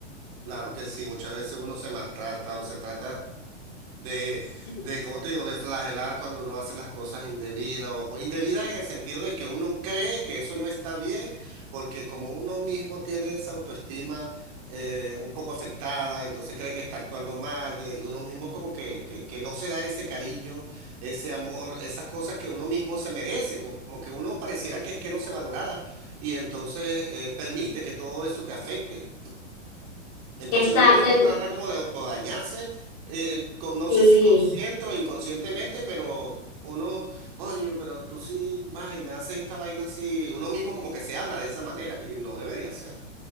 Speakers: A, on the right; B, on the left.
A: Claro que sí, muchas veces uno se maltrata o se trata de,
B: Sí,
A: de, ¿cómo te digo?, de flagelar cuando uno hace las cosas indebidas o, o indebidas en el sentido de que uno cree que eso no está bien, porque como uno mismo tiene esa autoestima eh, un poco afectada, entonces cree que está actuando mal y eh, uno mismo como que, que, que no se da ese cariño, ese amor, esas cosas que uno mismo se merece, co- como que uno pareciera que es que no se valorara y entonces eh, permite que todo eso te afecte. <clears throat> Entonces
B: Exacto,
A: uno mismo
B: el-
A: trata como de autodañarse, eh, eh, co- no
B: sí.
A: sé si consciente o inconscientemente, pero uno, coño, pero tú sí vaina, haces esta vaina así, uno mismo como que se habla de esa manera y no debería ser.